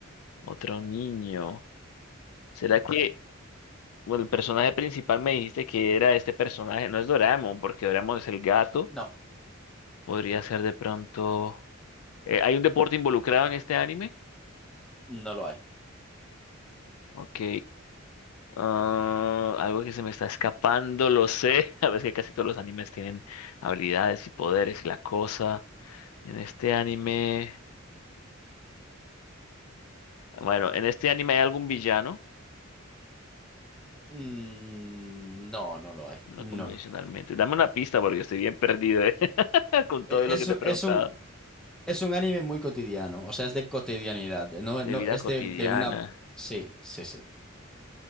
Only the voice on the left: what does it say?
Otro niño. ¿Será que bueno, el personaje principal me dijiste que era este personaje? No es Doraemon porque Doraemon es el gato.
Podría ser de pronto. eh, ¿hay un deporte involucrado en este anime?
Ok. ah, algo que se me está escapando, lo sé. <laughs> A ver, es que casi todos los animes tienen habilidades y poderes y la cosa. En este anime. Bueno, en este anime hay algún villano.
No
convencionalmente.
Dame una pista porque estoy bien perdido, eh, <laughs> con todo
lo
que te he preguntado.
De
vida
cotidiana.